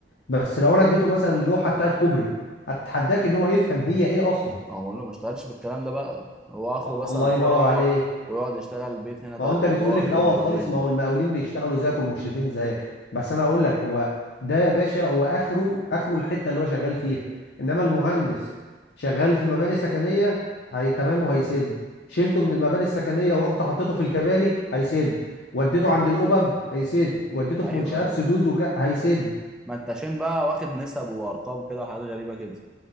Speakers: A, on the left (about 60°); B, in the centre.
A: بس لو انا اديته مثلا اللوحه بتاعت كوبري اتحداك ان هو يفهم هي ايه اصلا
B: هو بقول له ما اشتغلش في الكلام ده بقى هو اخره مثلا
A: الله
B: كرة
A: ينور عليك
B: ويقعد يشتغل بيت هنا تلات
A: ما هو انت بتقول
B: ادوار
A: لي في
B: بيت
A: الاول
B: دورين
A: خالص ما هو المقاولين بيشتغلوا زيك والمشرفين زيك بس انا هقول لك هو ده يا باشا هو اخره اخره الحته اللي هو شغال فيها انما المهندس شغال في مباني سكنيه هي تمام وهيسد شلته من المباني السكنيه ورحت حطيته في الكباري هيسد وديته عند الأبب هيسد وديته
B: ايوه
A: في منشآت
B: ايوه
A: سدود وك... هيسد
B: ما انت عشان بقى واخد نسب وارقام كده وحاجات غريبه كده